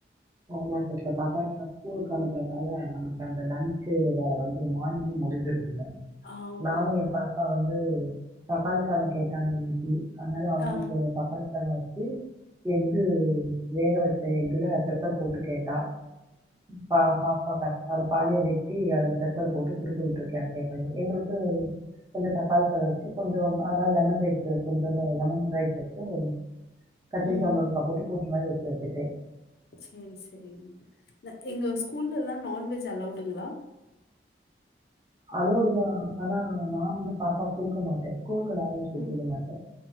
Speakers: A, on the right; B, on the left.
A: ஆமா சிஸ்டர் சாப்பாட்டுல ஸ்கூலுக்கு அனுப்புறதால அ நமக்கு அந்த லன்ச் வேல வந்து மார்னிங்கே முடிஞ்சிரு தில்ல
B: ஆமா
A: நானு ஏன் பாப்பா வந் து தக்காளி சாதோ கேட்டாங்க இன்னக்கி அதனால அவங்களுக்கு
B: ஆ
A: தக்காளி சாதோ வ ச்சு எக்கு வேக வச்ச எக்குல பெப்பர் போட்டு கேட்டா ம் பா ஹாஃபா கட் அத பாதியா வெட்டி அதுல பெப்பர் போட்டு குடுத்து விட்ருக்கே அவ கேட்ட மாரி எங்களுக் கு கொஞ்சோ டா <unintelligible> வச்சு கொஞ்சோ அதனால லெமன் ரைஸு கொஞ்சமா லெமன் ரைஸ் வச்சு கத்திரிக்கா
B: ம்
A: முருங்க்கா போட்டு கூ ட்டு மாரி வச்சு வச்சுட்டே.
B: செரி செரிங் ந எங்க ஸ்கூல்ல எல்லா நான்வெஜ் அலௌடுங்களா?
A: அலோவ்டுதா ஆனா நா வந்து பாப்பாக்கு குடுக்க மாட்டே ஸ்கூலுக்கு நான்வெஜ் குடுத்து
B: ம்
A: விட மாட்டே